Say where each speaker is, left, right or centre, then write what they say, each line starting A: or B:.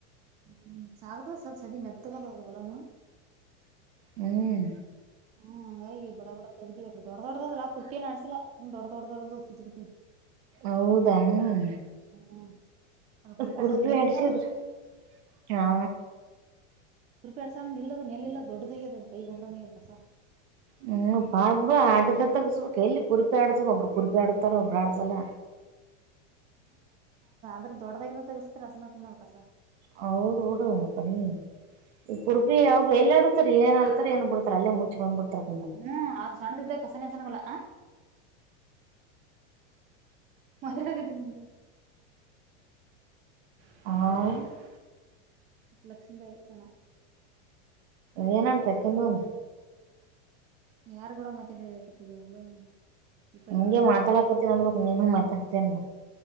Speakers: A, on the right; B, on the right.
A: ಹ್ಮ ಸಾಗತ ಸ ಸರಿ ಮೆತ್ತಗ ಬಲ ನ
B: ಹ್ಮ್
A: ಹಾ ಹಾಗಾಗಿ ಬಡ ಬಡ ತಗ್ದ್ವಿಕ್ ದೊಡ್ ದೊಡ್ಡದಲ್ಲ ಕುಪೆ ನಡ್ಸಿಲ್ಲಾ ದೊಡ್ ದೊಡ್ಡ ದೊಡ್ ಸಿತ್ ಬಿಟ್ಟಿದ್
B: ಹೌದಾನ ಇ
A: ಹ್ಮ್ ಅದು ಕುರ್ಪಿಡ್ಸಕ್
B: ಕುರ್ಪಿ
A: ನೆಲ್ಲಿಲ್ಲ
B: ಆಡ್ಸಿದ್ರ
A: ಅದು
B: ಹಾ
A: ರುಪಿ ಅಡಸಂಗ ಇ ಅ ನೆ ಇಲ್ಲ ದೊಡಾಗದದು ಗಂಗರಂಗ ಇದಸ
B: ಹ್ಮ್ ಪಾಪ ಬಿಡು ಆಟಿದ ತಗಸಬೇಕಕ್ ಎಲ್ಲಿ ಕುರುಪಿ ಆಡ್ಸ ಒಬ್ಬರು ಕುರುಪಿ ಆಡಡ್ತಾರ ಒಬ್ಬರು ಆಡ್ಸಲ್ಲ
A: ಹ್ಮ್ಆದ್ರೆ ದೊಡ್ಡದಾಗಿಂತ ತಗಸ್ತತಿರಲ್ಲಸನ ನೋಡ್ಕಸ
B: ಹೌದು ಡು ಕಡಿ ಈ ಕುಡುಪಿ ಯಾವ ಎಲ್ಲಾಡ್ ಏನ್ಡ್ತಾರೆ ನ್ ಬಿಡ್ತಾರೆ ಅಲ್ಲೇ ಮುಚ್ ಬಂದ್ ಬಿಡ್ತಾರೆ
A: ಹ್ಮ್ ಆ <unintelligible> <inaudible>
B: ಆ..
A: ಲಕ್ಷ್ಮಿ ಬಾಯ್ ಸಣ.
B: ಏನಂತ ಅಕಿಂದು.
A: ಯಾರ್ಗುಡ ಮಾತಾಡ್ಕತಿ ಅಂದ್ಲು. ಈ ಕಡೆ
B: ಹಂಗೆ
A: ಅಂದೆ
B: ಮಾತಾಡಾಕೋತಿನ್ ನನ್ಬೇಕಕ್ ನೀನ ಮಾತಾಡ್ತಿ ಅನ್.